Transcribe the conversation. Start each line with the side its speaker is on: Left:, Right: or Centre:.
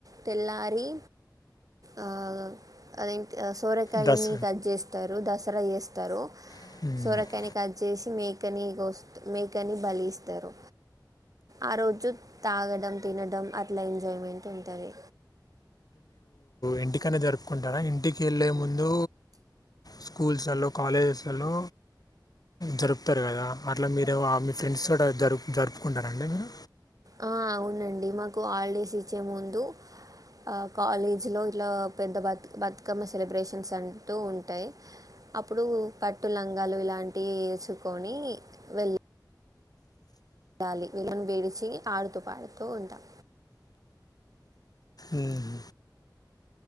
Right: తెల్లర్ రి ఆ అది సోరకాయని
Left: దస్
Right: కట్ చేస్తారు ద చేస్తారు
Left: అంటే
Right: సోరకాయని కట్ చేసి మేకని కొస్త మేకని బలి ఇస్తారు ఆ రోజు తాగడం తినడం అట్లా ఎంజాయ్మెంట్ ఉంటాది
Left: ఇంటికానే జరుపుకుంటారా ఇంటికి ఎళ్ళే ముందు స్కూల్స్ లలో కాలేజేస్ లలో జరుపుతారు కదా అట్లా మీరు మీ ఫ్రెండ్స్ తొటి జరుపు జరుపుకుంటారండి మీరు
Right: ఆ అవునండి మాకు హాలిడేస్ ఇచ్చే ముందు ఆ కాలేజ్ లో ఇట్లా పెద్ద బ బతుకమ్మ సెలబ్రేషన్స్ అంటూ ఉంటాయి అప్పుడు పట్టు లంగాలు ఇలాంటివి వేసుకొని వెళ్ళ్ లి వీళ్ళాను విడిచి ఆడుతూ పాడుతూ ఉంటాం
Left: మ్మ్.